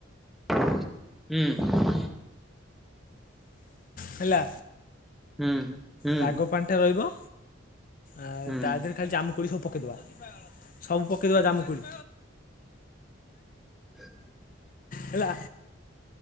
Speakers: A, in the centre; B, on the left.
A: ହୁଁ।
B: ହେଲା
A: ହୁଁ ହୁଁ
B: ରାଗ ପାଣିଟା ରହିବ। ଆଉ
A: ହୁଁ ହଁ
B: ତା ଦେହରେ ଖାଲି ଜାମୁକୋଳି ସବୁ ପକେଇଦବା ସବୁ ପକେଇଦବା ଜାମୁକୋଳି।
A: <inaudible>
B: ହେଲା